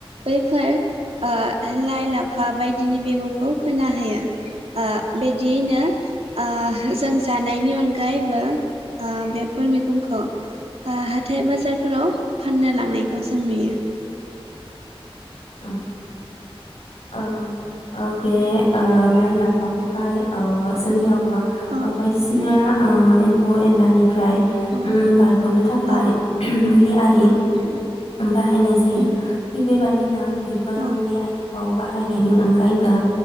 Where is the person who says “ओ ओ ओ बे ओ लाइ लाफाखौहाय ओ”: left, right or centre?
Left